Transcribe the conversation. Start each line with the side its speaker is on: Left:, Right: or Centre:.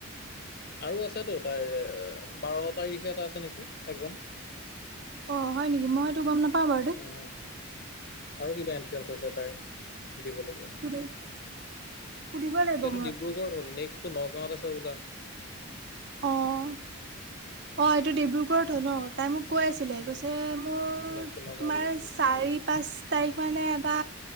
Left: আৰু আছেতো তাইৰ। বাৰ তাৰিখে এটা আছে নেকি এক্সাম।
Right: অ' হয় নেকি মই হেইটো গম নাপাওঁ। বাৰু দেই
Left: উ, আৰু কিবা ইনট্ৰঞ্চ আছে তাইৰ। দিব লাগে। হেইটো
Right: সুধি সুধিব লাগিব মই
Left: ডিব্ৰুগড়ত হ'ল, নেক্সটো নগাঁৱত আছে। তই ওলা।
Right: অ', অ' এইটো ডিব্ৰু গৰত হ'ল ন'?
Left: উম,
Right: তাই মোক কৈ আছিলে
Left: উম,
Right: কৈছে মোৰ
Left: নেক্সটটো নগাঁও
Right: তোমাৰ
Left: দিব।
Right: চাৰি পাঁচ তাৰিখ মানে এটা